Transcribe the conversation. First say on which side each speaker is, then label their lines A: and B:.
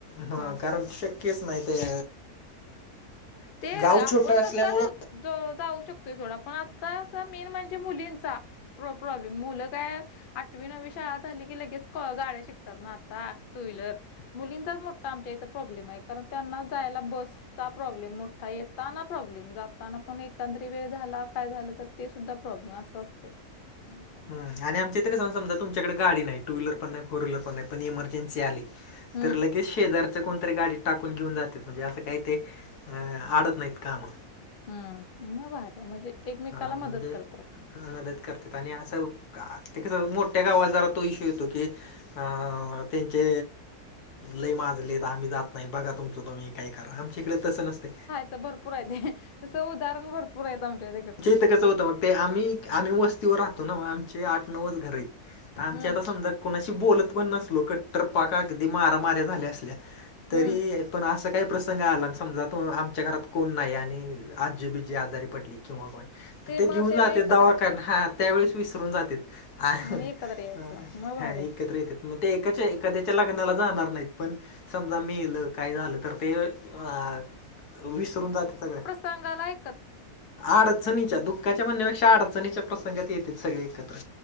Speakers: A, on the left (about 80°); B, on the left (about 55°).
A: ह
B: हा
A: कारण शक्यच नाही ते
B: ते
A: गाव
B: आपण
A: छोटं
B: स्वतः
A: असल्यामुळं
B: जर. ज जाऊ शकतोय सोडा, पण आताचा मेन म्हणजे मुलींचा. प्र प्रॉब्लेम मुलं काय. आठवी नववी शाळा झाली की लगेच गाड्या शिकतात ना आता टू व्हीलर. मुलींचाच मोठा आमच्या इथे प्रॉब्लेम आहे कारण त्यांनाच जायला बसचा प्रॉब्लेम मोठा येताना, प्रॉब्लेम जाताना पण एकंदरी वेळ झाला काय झालं तर ते सुद्धा प्रॉब्लेम असं असत तय वेगळं
A: हम्म
B: जरी.
A: आणि आमच्या इथं कस समजा तुमच्याकडे गाडी नाही टू व्हीलर पण नाही फोर व्हीलर नाही पण इमर्जनसी आली.
B: हम्म
A: तर लगेच शेजार त्या कोणतरी गाडी टाकून घेऊन जातात म्हणजे असं काही ते आडत नाहीत काम.
B: ह मग भारी आहे म्हणजे एकमेकाला
A: हा
B: मदत
A: म्हणजे.
B: करतात.
A: मदत करते आणि असं ते कसं मोठ्या गावात जरा तो इश्यू येतो की. अ त्यांचे लय माजलेत आम्ही जात नाही बघा तुम स्वतःहून ही काय करा आमच्या इकडे तस नसते.
B: त भरपूर आहेत तसं उदाहरण भरपूर आहे आमच्या तिकडे.
A: ते कस होतं मग ते आम्ही आम्ही वस्तीवर राहतो ना मग आमचे आठ नऊच घर आहेत. तर आमची
B: हं,
A: आता समजा कोणाशी बोलत पण नसलो कट्टर पाक अगदी मारा माऱ्या झाल्या असल्या. तरी
B: हं.
A: पण असं काही प्रसंग आला समजा तो आमच्या घरात कोण नाही आणि आजी बीजी आजारी पडली किंवा कोण, तर ते घेऊन
B: मग त्यावेळी
A: जाते
B: एकत्र
A: दवाखान्या
B: येतात
A: त्यावेळेस विसरून जातेत, ह
B: आणि एकत्र यायचं. मग भारी आहे.
A: एकत्र येतेत. मग ते एकाच्या एखाद्याच्या लग्नाला जाणार नाहीत पण समजा मेल काय झालं तर ते हा, विसरून जाते सगळ्या.
B: सांगालाय.
A: अडचणीच्या, दुःखाच्या म्हणण्यापेक्षा अडचणीच्या प्रसंगात येतेत सगळे एकत्र.